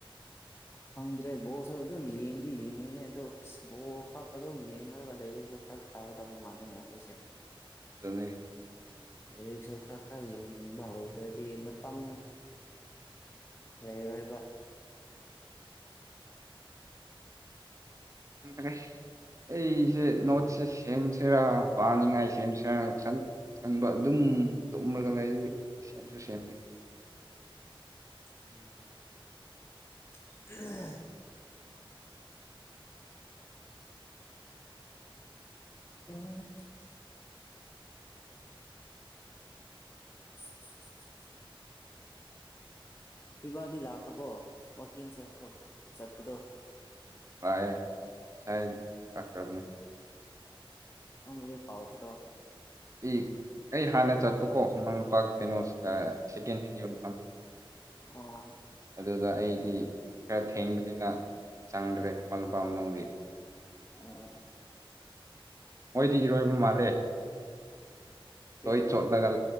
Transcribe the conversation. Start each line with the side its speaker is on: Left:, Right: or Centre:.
Left: ꯍꯪꯗ꯭ꯔꯦ ꯕꯣꯁꯨ ꯑꯗꯨꯝ ꯌꯦꯡꯗꯤ ꯌꯦꯡꯅꯤꯡꯉꯦ ꯑꯗꯣ ꯑꯁ ꯕꯣ ꯈꯛ ꯑꯗꯨꯝ ꯌꯦꯡꯉꯒ ꯂꯩꯔꯁꯨ ꯐꯔꯛ ꯇꯥꯒꯗꯕꯥ ꯃꯜꯂꯦꯅꯦ ꯑꯈꯣꯢꯁꯦ
Right: ꯑꯗꯨꯅꯅꯦ
Left: ꯔꯤꯛꯁꯣ ꯈꯔ ꯈꯔ ꯌꯦꯡꯅꯤꯡꯕ ꯍꯧꯗ꯭ꯔꯗꯤ ꯃꯇꯝ ꯂꯩꯔꯣꯢꯕ
Right: ꯔꯦ ꯑꯩ ꯁꯤ ꯅꯣꯠꯁꯦ ꯁꯦꯝꯁꯤꯔꯥ ꯄꯥꯅꯤꯡꯉꯥꯏ ꯁꯦꯝꯁꯤꯔꯥ ꯁꯟ ꯈꯟꯕ ꯑꯗꯨꯝ ꯇꯨꯝꯃꯒ ꯂꯩ ꯁꯦꯝꯁꯨ ꯁꯦꯝꯗꯦ
Left: <unintelligible> <unintelligible> <unintelligible> ꯐꯤꯕꯥꯗꯤ ꯂꯥꯛꯈ꯭ꯔꯕꯣ ꯋꯥꯛꯀꯤꯡꯈ ꯆꯠꯄꯗꯣ
Right: ꯉꯥꯑꯦ ꯁꯥꯏ ꯇꯈ꯭ꯔꯕꯅꯦ
Left: ꯅꯪꯕꯨꯗꯩ ꯀꯥꯎꯗ꯭ꯔꯣ
Right: ꯏꯛ ꯑꯩ ꯍꯥꯟꯅ ꯆꯠꯄꯀꯣ ꯃꯃꯥꯝꯄꯥꯛ ꯀꯩꯅꯣꯁ ꯁꯦꯀꯦꯟ ꯍꯦꯟ ꯌꯣꯟ
Left: ꯑꯣ
Right: ꯑꯗꯨꯗ ꯑꯩꯗꯤ ꯈꯔ ꯊꯦꯡꯕꯅꯤꯅ ꯆꯪꯗ꯭ꯔꯦ ꯈꯨꯃꯜ ꯂꯄꯥꯝ ꯃꯅꯨꯡꯗꯤ
Left: ꯑꯣꯑꯣ
Right: ꯃꯣꯏꯗꯤ ꯏꯔꯣꯏꯕ ꯃꯥꯜꯂꯦ
Left: ꯀꯔꯤ
Right: ꯂꯣꯏ
Left: ꯍꯥꯏꯕ
Right: ꯆꯣꯠꯂꯒꯜ